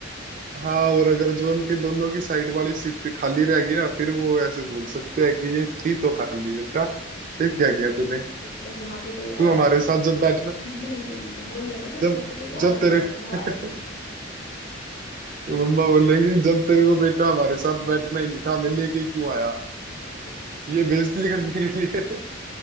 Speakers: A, on the right; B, on the left.
A: हाँ, और अगर जो उनके दोनों की साइड वाली सीट खाली रहेगी ना फिर वो ऐसे बोल सकते हैं कि ये थी तो खाली बेटा ये क्या किया तूने
B: एक- यहाँ पे कोई
A: तू
B: और
A: हमारे
B: आने
A: साथ जब बैठना
B: नहीं नहीं बोल देना ना यहाँ
A: जब
B: पे कोई
A: जब
B: और आने
A: तेरे
B: वाला तो वो आया नहीं
A: <laughs> मम्मा बोलेंगी जब तेरे को बेटा हमारे साथ बैठना ही नहीं था हमें लेके ही क्यों आया
B: <laughs> अरे,
A: ये बेइज्जती करने के लिए <laughs>